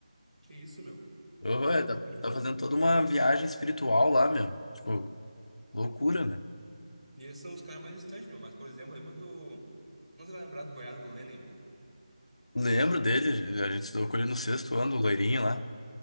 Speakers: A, on the right; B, on the left.
A: Que isso, meu?
B: Oh,
A: Eu.
B: é, tá,
A: É que assim.
B: tá fazendo toda uma viagem espiritual lá, meu. Tipo, loucura, né?
A: E esses são os caras mais distantes, meu. Mas, por exemplo, lembra do. Não sei se vai lembrar do Bernardo Lennon, meu.
B: Lembro dele, a gente se deu com ele no sexto ano, o loirinho lá.